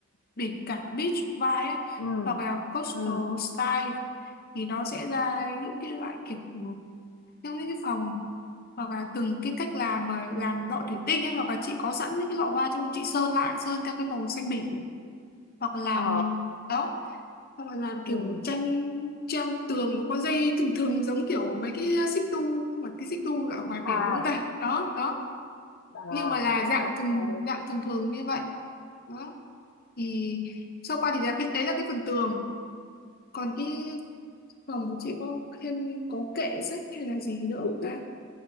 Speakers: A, on the left; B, on the left.
A: biển cả beach vibe á
B: ừ
A: hoặc là coastal
B: ừ
A: style thì nó sẽ ra những cái loại kiểu theo những cái phòng hoặc là từng cái cách làm mà làm lọ thủy tinh ấy hoặc là chị có sẵn những cái lọ hoa chung chị sơn lại sơn theo cái màu xanh biển hoặc là làm
B: ờ,
A: đó hoặc là làm kiểu
B: ừ
A: tranh treo tường nó có dây thừng thừng giống kiểu mấy cái xích đu không phải cái xích đu ở ngoài
B: à,
A: biển đúng không ta đó đó
B: à,
A: nhưng mà là dạng
B: ok
A: thường
B: ừ
A: dạng thường thường như vậy đó thì sau qua thì là cái đấy là cái phần tường còn cái phòng của chị có thêm có kệ sách hay là gì nữa
B: chị
A: không ta